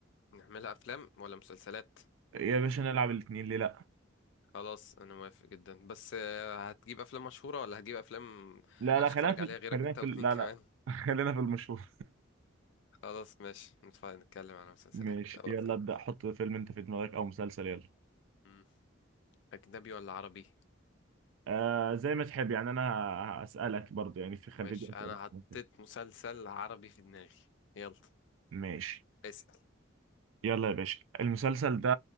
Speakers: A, on the left (about 60°); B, on the right (about 75°).
A: نعملها افلام ولا مسلسلات؟
B: يا باشا نلعب الاتنين ليه لا
A: خلاص انا موافق جدا بس آه، هتجيب افلام مشهورة ولا هتجيب افلام
B: لا
A: محدش
B: لا خلينا
A: يتفرج
B: في
A: عليها غيرك
B: خلينا
A: انت
B: في
A: واتنين
B: لا
A: <laughs> كمان؟
B: لا <laughs> خلينا في المشهور
A: خلاص ماشي نتف- نتكلم على مسلسلات
B: ماشي
A: او
B: يلا
A: افلام
B: ابدا حط فيلم انت في دماغك او مسلسل يلا
A: مم. اجنبي ولا عربي؟
B: آه زي ما تحب يعني انا هسالك برضه يعني في خليك
A: ماشي
B: اسئله
A: انا
B: في
A: حطيت
B: المسلسل.
A: مسلسل عربي في دماغي يلا
B: ماشي
A: اسأل
B: يلا يا باشا المسلسل ده